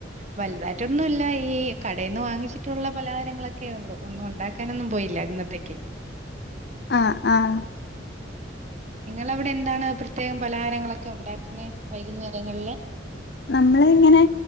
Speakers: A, on the right; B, on the left.
A: വൽതായ്ട്ടൊന്നുല്ല ഈ കടേന്ന് വാങ്ങിച്ചിട്ടുള്ള പലഹാരങ്ങളൊക്കെ ഒള്ളു ഒന്നും ഉണ്ടാ ക്കാനൊന്നും പോയില്ലാ ഇന്നത്തേക്ക്യ്
B: ആഹ് ആഹ്
A: നിങ്ങളവ്ടെ എന്താണ് പ്രത്യേകം പലഹാരങ്ങളൊക്കെ ഉണ്ടാക്കുന്നെ വൈകുന്നേരെങ്ങെൾല്
B: നമ്മള് ഇങ്ങെനെ